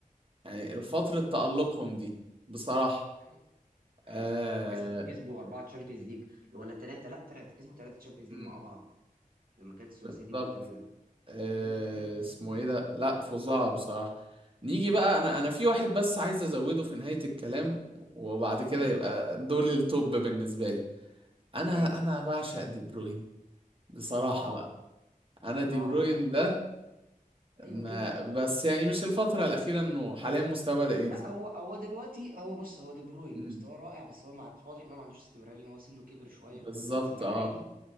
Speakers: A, on the right; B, on the right.
A: يعني الفترة تألقهم
B: اه
A: دي بصراحة
B: حقيقة حقيقة
A: آه...
B: كسبوا كسبوا أربعة تشامبيونز ليج ولا ثلاثة لا ثلاثة كسبوا ثلاثة تشامبيونز
A: مم،
B: ليج مع بعض لما كانت الثلاثية
A: بالظبط
B: دي مكتملة
A: آه،
B: هم لا هم في مستوى
A: اسمه
B: تاني
A: ايه
B: قوي
A: ده لا فظاع بصراحة نيجي بقى انا انا في واحد بس عايز ازوده في نهاية الكلام وبعد كده
B: امم
A: يبقى دول التوب بالنسبة لي انا
B: امم
A: انا بعشق دي بروين بصراحة
B: اه
A: بقى انا دي
B: اه
A: بروين
B: ايوه
A: ده
B: كده ايوه
A: ما
B: كده
A: بس يعني مش الفترة الأخيرة انه حاليا مستواه بدأ ينزل
B: لا هو هو دلوقتي هو بص هو دي بروين
A: مم.
B: مستواه رائع بس هو مع... واضح ان هو ما عندوش استمرار لان هو سنه كبر شوية
A: بالظبط
B: فدلوقتي بقى
A: اه
B: عادي